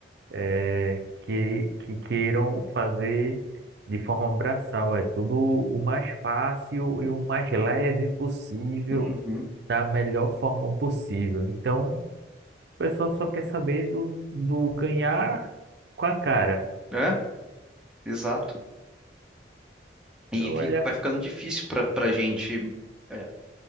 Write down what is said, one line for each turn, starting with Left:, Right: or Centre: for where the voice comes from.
Right: é, que, que queiram fazer de forma braçal. É tudo o mais fácil e o mais leve possível,
Centre: Uhum.
Right: da melhor forma possível. Então, o pessoal só quer saber do, do ganhar com a cara.
Centre: É, exato. E
Right: Olha,
Centre: fica- vai ficando difícil para para gente é,